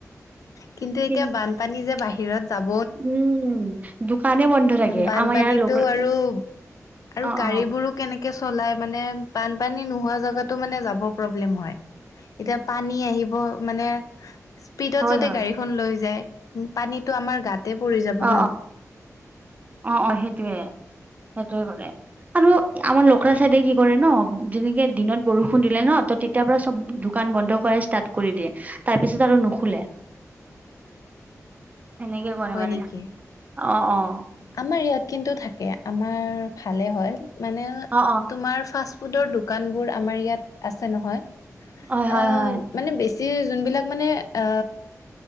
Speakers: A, on the left; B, on the right.
A: কিন্তু এতিয়া
B: কিন-
A: বানপানী যে বাঢ়ি বাহিৰত যাব
B: উম, দোকানে বন্ধ থাকে
A: বানপানীতো
B: আমাৰ ইয়াৰ লোকেল
A: আৰু-আৰু
B: অ
A: গাড়ীবোৰো
B: অ
A: কেনেকে কেঁচু ওলাই মানে, বানপানী নোহোৱা জেগাতো মানে যাব প্ৰব্লেম হয়। এতিয়া পানী আহিব, মানে স্পীডত
B: হয়
A: যদি
B: হয়
A: গাড়ীখন লৈ যায় উ', পানীত আমাৰ গাতে পৰি যাব
B: অ
A: ন।
B: অ অ', অ', সেইটোৱে-সেইটোৱে কৰে। আৰু আমাৰ লখৰা চাইডে কি কৰে ন' যেনেকে দিনত বৰষুণ দিলে ন, তেতিয়াৰ পৰা চব দোকান বন্ধ কৰাই ষ্টাৰ্ট কৰি দিয়ে তাৰ পিছত আৰু নুখোলে।
A: উ', <inaudible>
B: সেনেকে কৰে মানে
A: নেকি?
B: অ', অ',
A: আমাৰ ইয়াত কিন্তু থাকে, আমাৰ ভালে হয়। মানে
B: অ অ
A: তোমাৰ ফাৰ্ষ্ট ফুডৰ দোকানবোৰ আমাৰ ইয়াত আছে নহয়। অ,
B: হয় হয় হয়
A: মানে বেছি যোনবিলাক মানে এ,